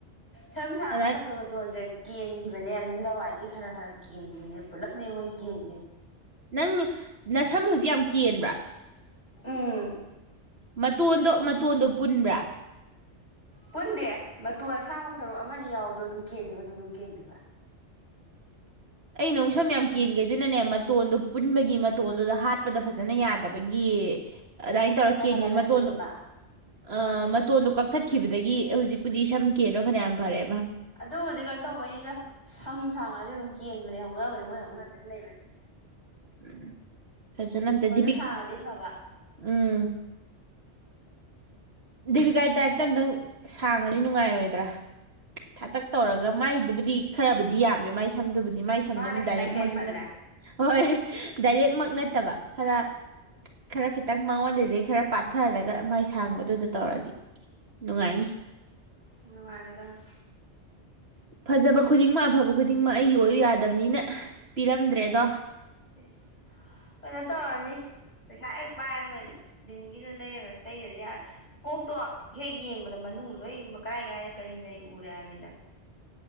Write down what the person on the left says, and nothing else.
ꯁꯝ ꯁꯥꯡꯉꯛꯄ
ꯃꯇꯣꯟ ꯃꯇꯣꯟꯁꯦ ꯀꯦꯟ ꯒꯤꯕꯅꯦ ꯑꯗꯩ ꯂꯋꯥꯏꯗꯒꯩ ꯈꯔ ꯈꯔ ꯀꯦꯟꯈꯤꯕꯅꯦ ꯄꯨꯜꯂꯞꯅꯦ ꯃꯣꯏ ꯀꯦꯟꯒꯤ
ꯎꯝ
ꯄꯨꯟꯗꯦ ꯃꯇꯣꯟ ꯑꯁꯥꯡꯕ ꯁꯔꯨꯛ ꯑꯃꯅꯤ ꯌꯥꯎꯕꯗꯣ ꯑꯗꯨꯝ ꯀꯦꯟꯗꯣꯏꯕ ꯑꯗꯨꯗꯨꯝ ꯀꯦꯟꯗꯣꯏꯕ
ꯀꯟꯅ
ꯀꯟꯅ
ꯆꯤꯡꯕ
ꯑꯗꯨꯕꯨꯗꯤ ꯒꯩꯅꯣ ꯇꯧꯕꯩꯅꯤꯗ ꯁꯝ ꯁꯥꯥꯡ ꯉꯥꯗꯤ ꯑꯗꯨꯝ ꯀꯦꯟꯕꯅꯦ ꯍꯧꯅꯕꯅꯦ ꯃꯣꯏ ꯍꯧꯅꯕꯤ ꯑꯃ ꯂꯩꯕꯅꯤ
ꯁꯥꯡꯉꯗꯤ ꯐꯕ
ꯃꯥꯅ
ꯈꯤꯇꯪ
ꯍꯦꯟꯃꯜꯂꯦ
ꯅꯨꯉꯥꯏꯒꯗꯝꯅꯤ
ꯏꯁ ꯏꯁ ꯀꯩꯅꯣ ꯇꯧꯔꯅꯤ ꯄꯩꯁꯥ ꯍꯦꯛ ꯄꯥꯏꯕꯒ ꯗꯤꯟꯒꯤꯗ ꯂꯩꯔꯒ ꯇꯩꯗꯗꯤ ꯌꯥꯔꯦ ꯀꯣꯛꯇꯣ ꯍꯦꯛ ꯌꯦꯡꯕꯗ ꯃꯅꯨꯡ ꯂꯣꯏ ꯀꯔꯥꯏ ꯀꯔꯥꯏꯗ ꯀꯔꯤ ꯂꯩ ꯎꯔꯦ ꯍꯥꯏꯃꯤꯗ